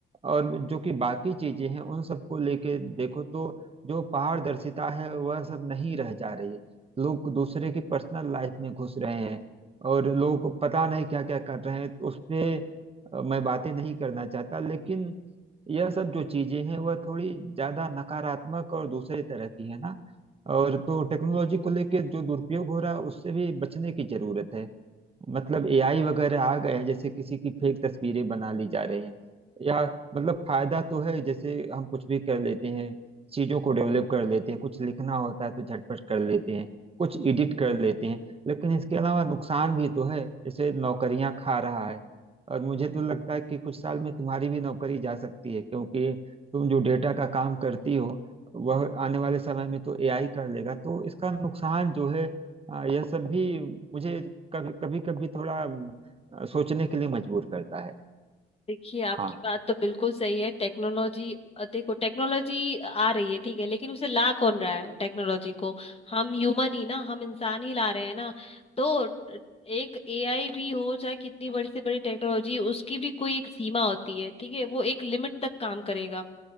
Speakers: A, on the right; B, on the left.
A: और जो कि बाकी चीजें हैं उन सबको लेके देखो तो जो पारदर्शिता है वह सब नहीं रह जा रही है लोग दूसरे की पर्सनल लाइफ में घुस रहे हैं और लोग पता नहीं क्या क्या कर रहे हैं उस पे अ, मैं बातें नहीं करना चाहता लेकिन यह सब जो चीजें हैं वह थोड़ी ज्यादा नकारात्मक और दूसरे तरह की है ना और तो टेक्नोलॉजी को लेकर जो दुरुपयोग हो रहा है उससे भी बचने की जरूरत है मतलब एआई वगैरह आ गए हैं जैसे किसी की फेक तस्वीरें बना ली जा रही हैं या मतलब फायदा तो है जैसे हम कुछ भी कर लेते हैं चीजों को डेवलप कर लेते हैं कुछ लिखना होता है तो झटपट कर लेते हैं कुछ एडिट कर लेते हैं लेकिन इसके अलावा नुकसान भी तो है जैसे नौकरियां खा रहा है और मुझे तो लगता है कि कुछ साल में तुम्हारी भी नौकरी जा सकती है क्योंकि तुम जो डेटा का काम करती हो वह आने वाले समय में तो एआई कर लेगा तो इसका नुकसान जो है हाँ यह सब भी मुझे कभी कभी कभी थोड़ा अ, सोचने के लिए मजबूर करता है
B: देखिए आपकी
A: हाँ
B: बात तो बिल्कुल सही है टेक्नोलॉजी अ, देखो टेक्नोलॉजी आ रही है ठीक है लेकिन उसे ला कौन रहा है टेक्नोलॉजी को हम ह्यूमन ही ना हम इंसान ही ला रहे हैं ना तो एक एआई भी हो चाहे कितनी बड़ी से बड़ी टेक्नोलॉजी उसकी भी कोई एक सीमा होती है ठीक है वो एक लिमिट तक काम करेगा